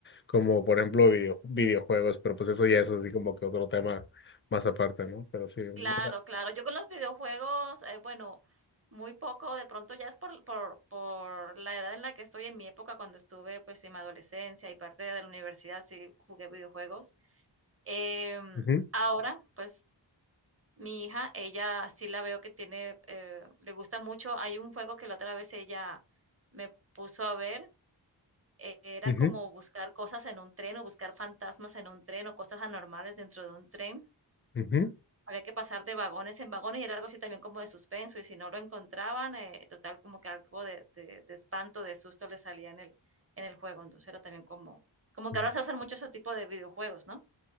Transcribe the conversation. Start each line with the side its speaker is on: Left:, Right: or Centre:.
Left: como, por ejemplo, video, videojuegos, pero pues eso ya es así como que otro tema más aparte, ¿no? Pero sí, o
Right: Claro,
Left: sea,
Right: claro. Yo con los videojuegos, eh, bueno, muy poco, de pronto ya es por por por la edad en la que estoy, en mi época, cuando estuve, pues, en mi adolescencia y parte de la universidad, sí jugué videojuegos. Em,
Left: ujú,
Right: ahora, pues, mi hija, ella sí la veo que tiene, eh, le gusta mucho. Hay un juego que la otra vez ella me puso a ver, eh, era
Left: ujú,
Right: como buscar cosas en un tren, o buscar fantasmas en un tren, o cosas anormales dentro de un tren.
Left: ujú,
Right: había que pasar de vagones en vagones y era algo así también como de suspenso y si no lo encontraban, eh, total como que algo de, de, de espanto, de susto le salía en el, en el juego, entonces era también como, como
Left: ujú,
Right: que ahora se usan mucho ese tipo de videojuegos, ¿no?